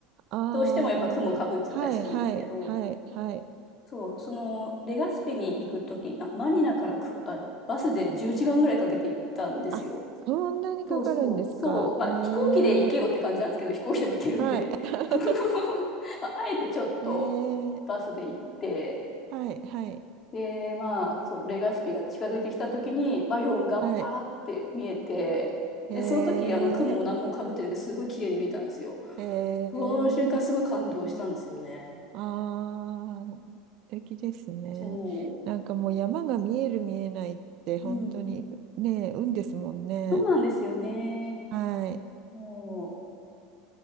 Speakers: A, on the right; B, on the left.
A: ああ、
B: どうしてもやっぱ雲かぶっちゃったりするんですけど、
A: はいはいはいはい。
B: そう、そのレガスピに行く時な、マニラからく、あの、バスで10時間ぐらいかけて行ったんですよ。
A: あ、そんなにかかるんですか。
B: そうそう、そう、まあ飛行機で行けよって感じなんですけど、
A: へえ、
B: 飛行機でも行けるんで、
A: はい。
B: <laughs> まあ、あえてちょっとバスで行って、
A: <laughs> えー、はいはい
B: で、まあ、そう、レガスピが近づいてきた時に、バイオンがパーって見えて、
A: はい。え
B: で、その時、あの、雲を何もかぶってなくて、すごい綺麗に見えたんですよ。
A: ー、えー、
B: その瞬間、すごい感動したんですよね。
A: あー素敵ですね。
B: そ
A: なんかもう山が見える見えないって本当にね、
B: う。うん。
A: 運ですもんね。
B: そうなんですよね。
A: はい。
B: も